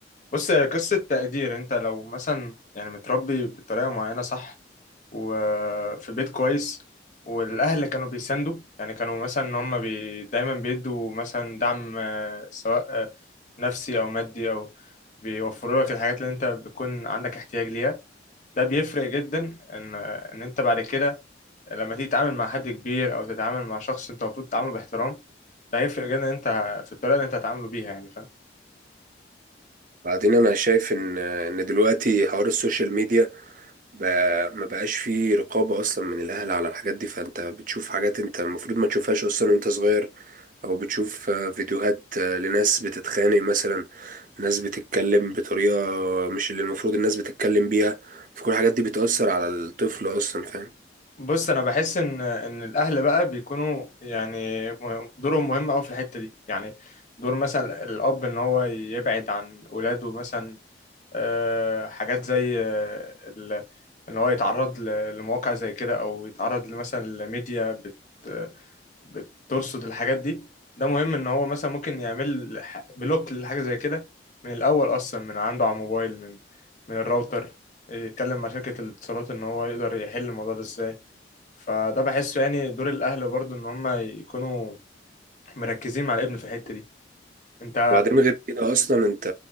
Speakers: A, on the left; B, on the right.
A: بص هي قصة تقدير انت لو مثلا يعني متربي بطريقة معينة صح وفي بيت كويس والأهل كانوا بيساندوا يعني كانوا مثلا إن هم بي دايما بيدوا مثلا دعم آه، سواء آه، نفسي أو مادي أو بيوفروا لك الحاجات اللي انت بتكون عندك احتياج ليها ده بيفرق جدا إن آه، إن انت بعد كده لما تيجي تتعامل مع حد كبير أو تتعامل مع شخص انت المفروض تتعامله باحترام ده هيفرق جدا انت في الطريقة اللي انت هتعامله بيها يعني فاهم
B: بعدين انا شايف ان ان دلوقتي حوار السوشيال ميديا بقى ما بقاش فيه رقابة اصلا من الاهل على الحاجات دي فانت بتشوف حاجات انت المفروض ما تشوفهاش اصلا وانت صغير او بتشوف آه، فيديوهات آه، لناس بتتخانق مثلا ناس بتتكلم بطريقة مش اللي المفروض الناس بتتكلم بيها فكل الحاجات دي بتأثر على الطفل اصلا فاهم
A: بص انا بحس ان ان الاهل بقى بيكونوا يعني مه- دورهم مهم قوي في الحته دي يعني دور مثلا الاب ان هو يبعد عن اولاده مثلا آه، حاجات زي آه، ال- ان هو يتعرض ل- لمواقع زي كده او يتعرض مثلا لميديا بت بترصد الحاجات دي ده مهم ان هو مثلا ممكن يعمل ح- بلوك لحاجه زي كده من الاول اصلا من عنده على الموبايل من من الراوتر يتكلم مع شركه الاتصالات ان هو يقدر يحل الموضوع ده ازاي فده بحسه يعني دور الاهل برضو ان هم يكونوا مركزين مع الابن في الحته دي انت
B: بعدين غير كده اصلا انت